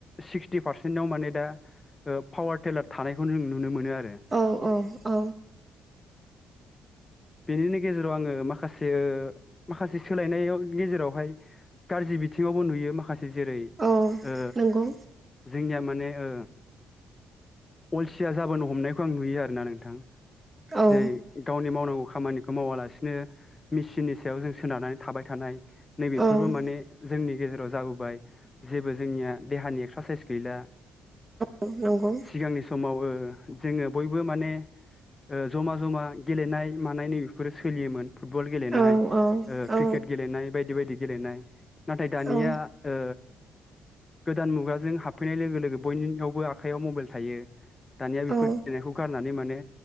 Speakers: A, on the left; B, on the right.
A: सिक्सटि पारसेन्टाव माने दा पावार टेलार थानाय। खौ जों नुनो मोनो आरो।
B: औ औ औ
A: बेनिनो गेजेराव आङो माखासे माखासे सोलायनायाव गेजेरावहाय। गाज्रि बिथिङावबो नुयो माखा जेरै
B: औ
A: ओ
B: नंगौ
A: जोंनिया माने ओ अलसिया जाबोनो हमनायखौ आं नुयो आरोना नोंथां
B: औ
A: जे गावनि मावनांगौ। खामानिखौ मावालासिनो मेसिननि सायाव जों सोनारनानै थाबाय थानाय। नैबेफोरबो
B: औ
A: माने जोंनि गेजेराव जाबोबाय जेबो जोंनिया देहानि एक्सारसाइस गैला
B: नंगौ
A: सिगांनि समाव ओ जोङो बयबो माने ओ जमा जमा गेलेनाय मानाय नैबेफोरो सोलियोमोन। फुटबल गेलेनाय
B: औ
A: ओ
B: औ औ
A: क्रिकेट गेलेनाय बायदि बायदि गेलेनाय नाथाय दानिया
B: औ
A: ओ गोदान मुगाजों हाबफैनाय लोगो लोगो बयनियावबो आखायाव मबाइल थायो दानिया बेफोर
B: औ
A: गेलेनायखौ गारनानै माने